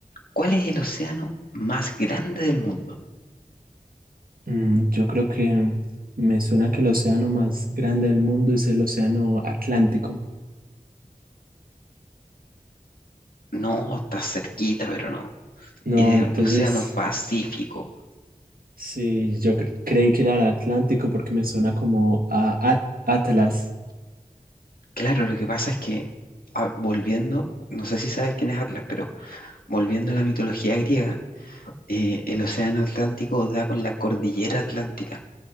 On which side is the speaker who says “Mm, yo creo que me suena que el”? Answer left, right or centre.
Right